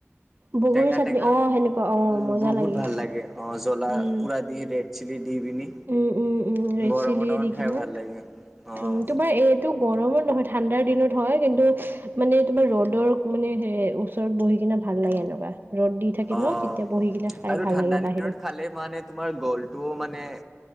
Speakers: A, on the right; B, in the centre.
A: বগৰী
B: টেঙা
A: চাটনি
B: টেঙা,
A: অ', সেনেকুৱা অ',
B: উম
A: মজা
B: বহুত ভাল
A: সেইটো।
B: লাগে অ জ্বলা
A: উম,
B: পুৰা দি ৰেট চিলি দিপিনি
A: উম, উম, উম, ৰেড
B: গৰমত
A: চিলি
B: অকমান
A: দি
B: খাই
A: কিনে,
B: ভাল লাগে অ
A: উম তোমাৰ এইটো গৰমত নহয় ঠাণ্ডাৰ দিনত হয় কিন্তু মানে তোমাৰ ৰ'দৰ মানে সে ওচৰত বহি কিনে ভাল লাগে এনেকুৱা ৰ'দ দি থাকে
B: অ'
A: ন তেতিয়া বহি কিনে খাই
B: আৰু
A: ভাল
B: ঠাণ্ডা
A: লাগে
B: দিনত
A: বাহিৰত।
B: খালে মানে তোমাৰ গলটোও মানে